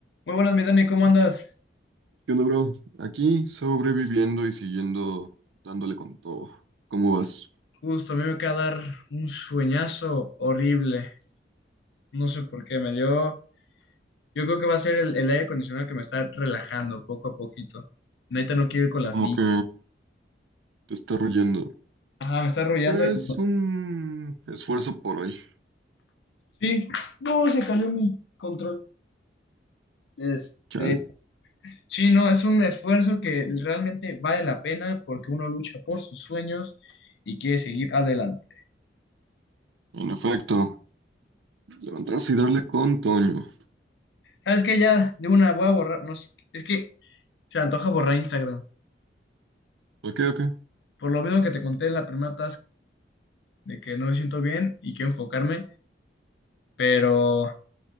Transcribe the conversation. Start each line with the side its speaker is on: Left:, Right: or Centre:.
Left: Muy buenas, mi Dani, ¿cómo andas?
Right: ¿Qué onda, bro? Aquí sobreviviendo y siguiendo dándole con todo. ¿Cómo vas?
Left: Justo, a mí me acaba de dar un sueñazo horrible. No sé por qué, me dio. Yo creo que va a ser el, el aire acondicionado que me está relajando poco a poquito. Neta, no quiero ir con las
Right: Como
Left: niñas.
Right: que te está royendo.
Left: Ajá, me está arrullando
Right: Pues
Left: y.
Right: un esfuerzo por hoy.
Left: Sí, no, se cayó mi control. Este.
Right: Chale.
Left: Sí, no, es un esfuerzo que realmente vale la pena porque uno lucha por sus sueños y quiere seguir adelante.
Right: En efecto, levantarse y darle con Toño.
Left: ¿Sabes qué? Ya de una voy a borrar. No, sé, es que se me antoja borrar Instagram.
Right: Ok, ok.
Left: Por lo mismo que te conté en la primera de que no me siento bien y quiero enfocarme, pero